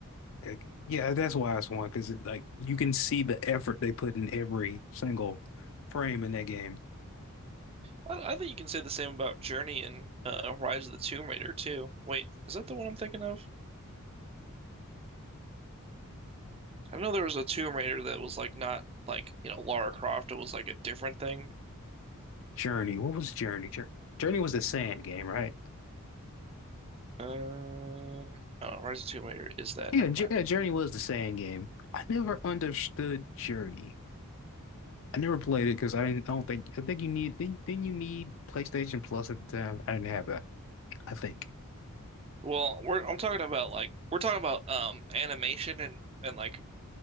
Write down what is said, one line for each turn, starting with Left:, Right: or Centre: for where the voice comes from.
Left: Like, yeah, that's why it's one because like you can see the effort they put in every single frame in that game.
Right: I, I think you can say the same about Journey and uh, Rise of the Tomb Raider too. Wait, is that the one I'm thinking of? I know there was a Tomb Raider that was like not like, you know, Lara Croft. It was like a different thing.
Left: Journey. What was Journey? Jour- Journey was the sand game, right?
Right: Uh, oh, Rise of Tomb Raider is that?
Left: Yeah,
Right: Never
Left: Jour-
Right: mind.
Left: yeah, Journey was the sand game. I never understood Journey. I never played it because I didn't. I don't think. I think you need. Then then you need PlayStation Plus at the time. I didn't have that. I think.
Right: Well, we're I'm talking about like we're talking about um animation and and like